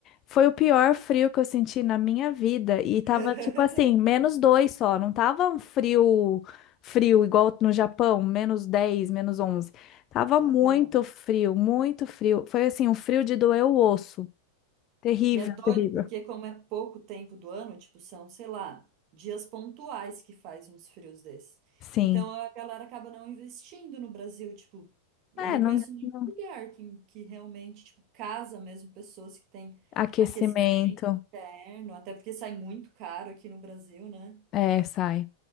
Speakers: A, on the left; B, on the right.
A: foi o pior frio que eu senti na minha vida. E
B: <laughs>
A: tava tipo assim, menos dois só, não tava um frio, frio igual no Japão, menos 10, menos onze, Tava
B: Aham.
A: muito frio, muito frio. Foi assim, um frio de doer o osso. Terrível,
B: E é doido
A: terrível.
B: porque como é pouco tempo do ano, tipo, são, sei lá, dias pontuais que faz uns frios desses.
A: Sim.
B: Então a galera acaba não investindo no Brasil, tipo, eu
A: É,
B: não
A: não,
B: conheço nenhum
A: não-
B: lugar que, que realmente, tipo, casa mesmo pessoas que têm
A: aquecimento.
B: aquecimento interno, até porque sai muito caro aqui no Brasil, né?
A: É, sai.